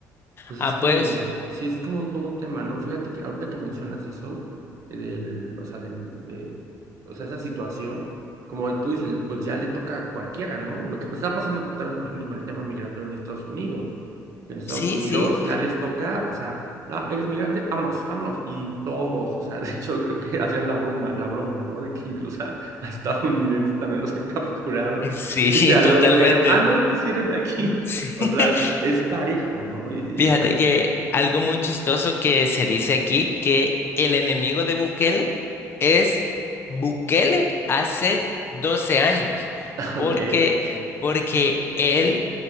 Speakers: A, on the right; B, on the left.
A: Pues
B: Ah,
A: es que
B: pues,
A: sí es como todo un tema, ¿no? Fíjate que ahorita que mencionas eso, eh, del, o sea, del, de, o sea, esa situación, como tú dices, pues ya le toca a cualquiera, ¿no? Lo que pues está pasando por- también, por ejemplo, con el tema migratorio en Estados Unidos, que en Estados
B: sí,
A: Unidos
B: sí,
A: ya les toca, o sea, ah, eres migrante, vámonos, vámonos, y todos, o sea, <laughs> de hecho creo que hacían la broma, la broma, ¿no? De que incluso a, a estadounidenses también los han <laughs> capturado,
B: <laughs>
A: y
B: sí,
A: ya
B: totalmente.
A: luego llegan, ah, no, tú sí eres de aquí.
B: <laughs>
A: <laughs> O sea, es parejo, ¿no? Y, y
B: Fíjate
A: está
B: que algo muy chistoso que se dice aquí, que el enemigo de Bukele es Bukele hace 12 años,
A: Ok,
B: porque, porque él